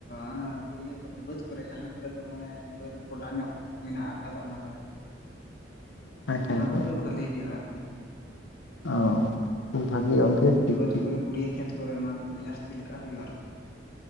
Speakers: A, on the left; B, on the left.
A: ᱟᱱᱟ ᱤᱭᱟᱹ ᱠᱚᱨᱮ ᱵᱟᱹᱫᱽ ᱠᱚᱨᱮ ᱡᱟᱦᱟᱸ ᱠᱚᱨᱮ ᱫᱚ ᱚᱱᱮ ᱵᱟᱹᱫᱽ ᱜᱚᱰᱟ ᱧᱚᱜ᱾ ᱢᱮᱱᱟᱜ ᱟᱠᱟᱫ ᱚᱱᱟ ᱠᱚᱨᱮ᱾
B: <unintelligible> ᱟᱪᱪᱷᱟ
A: ᱚᱱᱟ
B: ᱟᱪᱪᱷᱟ
A: ᱠᱚᱨᱮ ᱜᱮ ᱵᱷᱟᱞᱤ ᱦᱩᱭᱩᱜᱼᱟ ᱟᱨᱠᱤ᱾
B: ᱚ ᱠᱷᱩᱵᱽ ᱵᱷᱟᱜᱤ᱾ ᱴᱷᱤᱠ
A: ᱵᱟᱹᱫᱽ
B: ᱴᱷᱤᱠ
A: ᱠᱚᱨᱮ ᱯᱩᱲᱭᱟᱹ ᱠᱷᱮᱛ ᱠᱚᱨᱮ ᱚᱱᱟ ᱠᱚᱫᱚ ᱡᱟᱥᱛᱤ ᱞᱮᱠᱟ ᱦᱩᱭᱩᱜᱼᱟ ᱟᱨᱠᱤ᱾